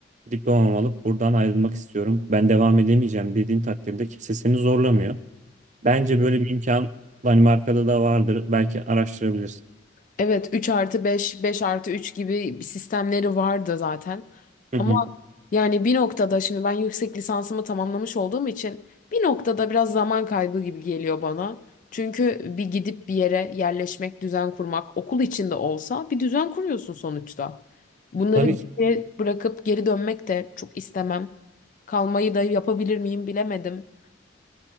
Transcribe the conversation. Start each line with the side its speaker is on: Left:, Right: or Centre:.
Right: diplomamı alıp buradan ayrılmak istiyorum. Ben devam edemeyeceğim dediğin takdirde kimse seni zorlamıyor. Bence böyle bir imkan Danimarka'da da vardır. Belki araştırabilirsin.
Left: Evet 3 artı 5, 5 artı 3 gibi sistemleri vardı zaten.
Right: Hı
Left: Ama
Right: hı.
Left: yani bir noktada şimdi ben yüksek lisansımı tamamlamış olduğum için bir noktada biraz zaman kaybı gibi geliyor bana. Çünkü bir gidip bir yere yerleşmek, düzen kurmak, okul içinde olsa bir düzen kuruyorsun sonuçta. Bunları
Right: Tabii ki
Left: geriye bırakıp geri dönmek de çok istemem. Kalmayı da yapabilir miyim bilemedim.